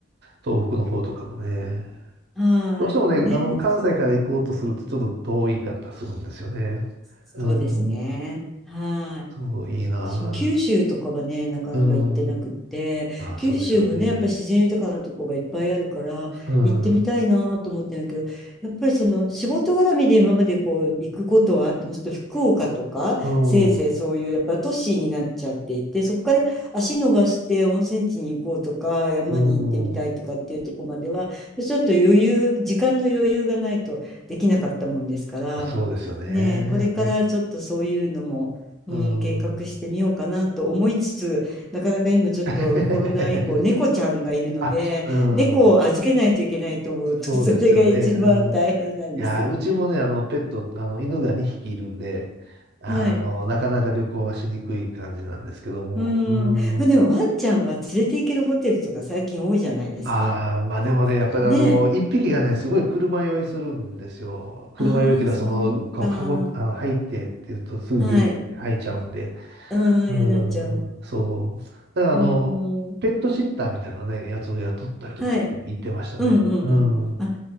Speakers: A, on the right; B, in the centre.
A: 東北の方とかもね。
B: はい、
A: どうしてもね、
B: ね、
A: あの、関西から行こうとするとちょっと遠いかったりするんですよね。
B: そうですね。
A: うん、
B: はい。
A: そう、いいな。
B: 私も九州とかはね、なかなか行ってなくって、
A: うん、ああ、
B: 九州もね、
A: そうですよね。
B: やっぱ自然豊かなとこがいっぱいあるから、
A: うん。
B: 行ってみたいなと思ってるけど、やっぱりその仕事絡みで今までこう行くことはあっても、ちょっと福岡とか、
A: うん、
B: せいぜいそういうやっぱ都市になっちゃっていて、そこから足伸ばして温泉地に行こうとか、山に行ってみたいとかっていうとこまでは、
A: うん、
B: ちょっと余裕、時間の余裕がないとできなかったもんですから、
A: そうですよね。
B: ねえ、これからちょっとそういうのも、
A: うん、
B: うん、計画してみようかなと思いつつ、
A: うん。
B: なかなか今ちょっとコロナ以降、
A: <laughs>
B: 猫ちゃんがいるので、
A: あ、うん、
B: 猫を預けないといけないと思うと、
A: そうですよね。
B: <laughs> それが一番大変なんです。
A: うん。いやー、うちもね、あの、ペット、あの、犬が2匹いるんで、あの、
B: はい。
A: なかなか旅行はしにくい感じなんですけども。
B: うん。
A: う
B: まあ、でもワンちゃんは連れて行けるホテルとか最近多いじゃないですか。
A: ん。ああ、まあでもね、やっぱりあの、
B: ねえ。
A: 1匹がね、すごい車酔いするんですよ。車酔いというか、
B: ああ、そうか。
A: その、こう、かあの、入ってっていうと、すぐ元気に吐いちゃうんで。
B: はい。うん、
A: うん、
B: やなちゃん。
A: そう。だからあの、
B: うん。
A: ペットシッターみたいなね、やつを雇ったりとかって言ってましたね。
B: はい。うんうんうん。
A: うん。
B: あ、